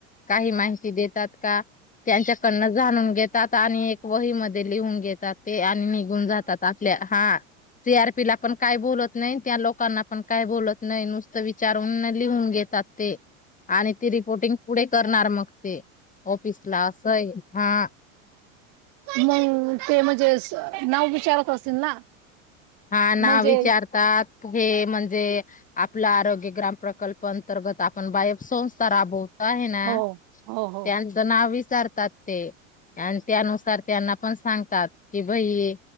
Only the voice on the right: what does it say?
मग ते म्हणजे नाव विचारत असतील ना
म्हणजे
हो हो हो